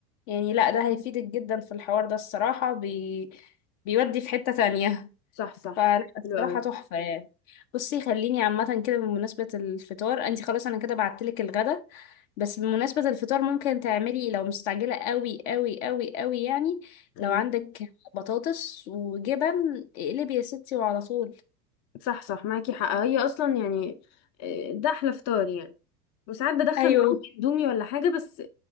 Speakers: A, on the left (about 55°); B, on the left (about 35°).
A: يعني لا ده هيفيدك جدا في الحوار ده الصراحة بي... بيودي في حتة تانية
B: صح صح
A: فلا الصراحة
B: حلو قوي
A: تحفة يعني بصي خليني عامة كده بمناسبة الفطار انت خلاص انا كده بعتلك الغدا بس بمناسبة الفطار ممكن تعملي لو مستعجلة قوي قوي قوي قوي يعني
B: ايوه
A: لو عندك بطاطس وجبن اقلبي يا ستي وعلى طول
B: صح صح معاكي حق هي اصلا يعني آه، ده احلى فطار يعني وساعات بدخل
A: ايوه
B: معاهم اندومي ولا حاجه بس